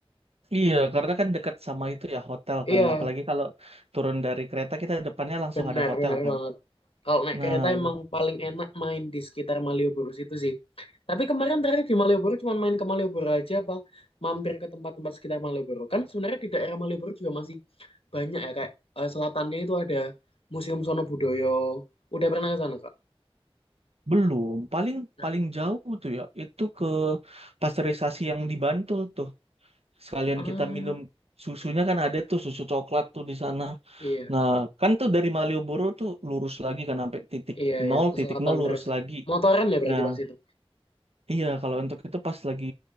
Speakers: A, on the right; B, on the left.
A: Iya, karena kan dekat sama itu ya hotel
B: Iya,
A: kan. Apalagi kalau turun dari kereta kita depannya langsung
B: benar,
A: ada hotel
B: benar
A: kan.
B: banget. Kalau naik
A: Nah,
B: kereta emang paling enak main di sekitar Malioboro situ sih. Tapi kemarin terakhir di Malioboro cuma main ke Malioboro aja apa mampir ke tempat-tempat sekitar Malioboro. Kan sebenarnya di daerah Malioboro juga masih banyak ya kayak eh, selatannya itu ada Museum Sono Budoyo. Udah pernah ke sana, Kak?
A: belum. Paling
B: Nah,
A: paling jauh tuh ya itu ke pasteurisasi yang di Bantul tuh. Sekalian
B: Ah,
A: kita minum susunya kan ada tuh susu coklat tuh di sana.
B: iya,
A: Nah, kan tuh dari Malioboro tuh lurus lagi kan sampai titik
B: iya,
A: nol,
B: iya, ke
A: titik
B: selatan
A: nol lurus
B: terus.
A: lagi.
B: Motoran ya berarti
A: Nah,
B: pas itu.
A: iya kalau untuk itu pas lagi